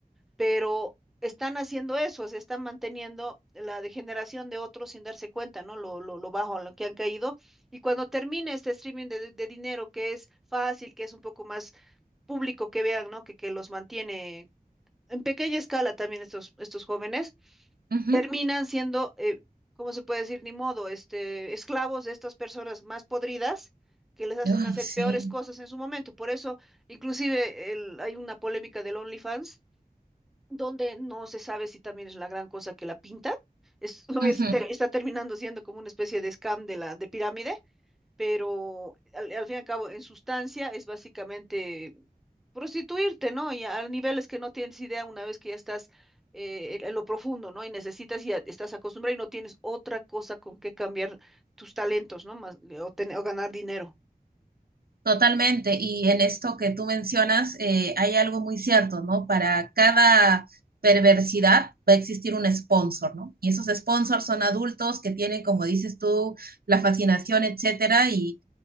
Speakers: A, in the centre; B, on the right (about 80°).
A: pero están haciendo eso, se están manteniendo la degeneración de otros sin darse cuenta, ¿no? Lo, lo, lo bajo a lo que han caído. Y cuando termine este streaming de, de dinero, que es fácil, que es un poco más público que vean, ¿no? Que, que los mantiene en pequeña escala también estos, estos jóvenes,
B: ujú.
A: terminan siendo, eh, ¿cómo se puede decir? Ni modo, este, esclavos de estas personas más podridas que les hacen
B: Ay,
A: hacer
B: sí.
A: peores cosas en su momento. Por eso, inclusive, el- hay una polémica del OnlyFans donde no se sabe si también es la gran cosa que la pinta. Es, <laughs> no
B: ujú.
A: es, te- está terminando siendo como una especie de scam de la de pirámide, pero al, al fin y al cabo, en sustancia, es básicamente prostituirte, ¿no? Y a, niveles que no tienes idea una vez que ya estás eh, en, en lo profundo, ¿no? Y necesitas y ya estás acostumbrado y no tienes otra cosa con que cambiar tus talentos, ¿no? Más, o, tener- o ganar dinero.
B: Totalmente, y en esto que tú mencionas eh, hay algo muy cierto, ¿no? Para cada perversidad va a existir un sponsor, ¿no? Y esos sponsors son adultos que tienen, como dices tú, la fascinación, etcétera, y